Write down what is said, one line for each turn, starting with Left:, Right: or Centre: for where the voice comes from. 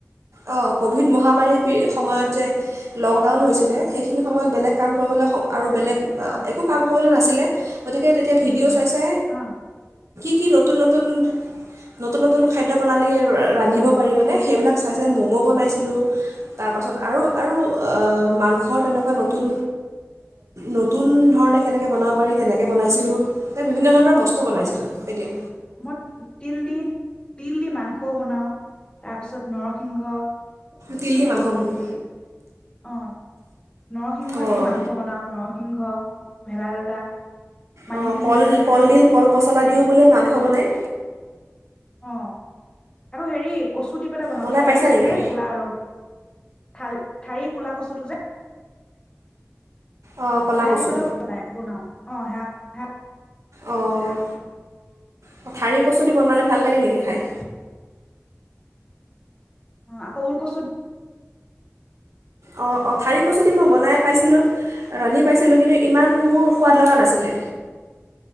Right: অঁ ক'ভিড মহামাৰীৰ সময়ত যে লকডাউন হৈছিলে সেইখিনি সময়ত বেলেগ কাম কৰিবলৈ আৰু বেলেগ
Left: অ
Right: একো কাম কৰিবলৈ নাছিলে। গতিকে তেতিয়া ভিডিঅ' চাই যে
Left: অ
Right: কি নতুন নতুন নতুন নতুন খাদ্য প্ৰণালী ৰান্ধিব পাৰি মানে সেইবিলাক চাই চাই ম'ম' বনাইছিলোঁ। তাৰপাছত আৰু আৰু মাংসৰ তেনেকুৱা নতুন নতুন ধৰণে কেনেকৈ বনাব পাৰি তেনেকে বনাইছিলোঁ। এই বিভিন্ন ধৰণৰ বস্তু বনাইছিলোঁ তেতিয়া।
Left: মই তিল দি তিল দি মাংসও বনাও। তাৰ পিছত নৰসিংহ
Right: তিল
Left: আকৌ
Right: দি মাংস বনোৱা।
Left: হেৰি অ নৰসিংহ
Right: অঁ
Left: দি মাংস বনাওঁ নৰসিংহ সিংহ ভেদাইলতা মানিমুনি
Right: অ কল
Left: সেইবিলাক দি
Right: কলডিল,
Left: পেলাই
Right: কল পচলা দিওঁ বোলে মাংস বনায়?
Left: অ আকৌ হেৰিত কচু দি পেলাই বনাওঁ।
Right: বনাই
Left: ঠাৰি
Right: পাইছা
Left: কচু
Right: নেকি
Left: যে? ক'লা ৰং ঠালি ঠাৰি কোলা কচুটো যে
Right: অঁ ক'লা
Left: সেয়া
Right: কচু
Left: দি পেলাইও বনাই বনাও অ সেয়াক হ
Right: অ' পথাৰি কচুদি বনালে ভাল লাগে নেকি খায়?
Left: অ আকৌ ওল কচু
Right: অ অ ঠাৰি কচুদি মই বনাই পাইছিলোঁ ৰান্ধি পাইছিলোঁ কিন্তু ইমান মোৰ সোৱাদ লগা নাছিলে